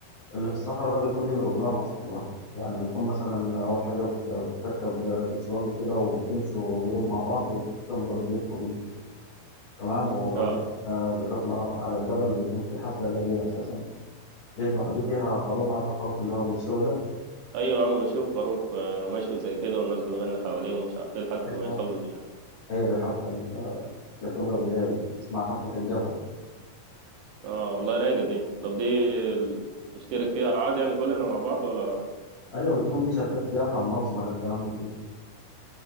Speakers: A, on the left; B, on the right.
A: اللي في الصحراء ده بيكون ليه بروجرام اصلا لوحده يعني بيكون مثلا اول حاجه بت- بتركب بتسواق كده وبتمشوا جروب مع بعض وتفضلوا تلفوا بيه تمام وبعدين
B: اه
A: آه، بتطلع على الجبل بيكون في حفلة ليلية أساسا بيذبحوا دي فيها خروف عارف الخروف اللي هو بيتسوى ده
B: أيوة يا عم بشوف خروف آه، مشوي زي كده والناس بتغني حواليه ومش عارف ايه لحد
A: أيوه
B: ما يخلص يعني
A: هي دي الحفلة اللي بتبقى بالليل اسمها حفلة الجبل
B: اه والله رايقة دي طب دي ال- نشترك فيها عادي يعني كلنا مع بعض ولا
A: أيوة بتكون في شركات سياحة منظمة للكلام ده كله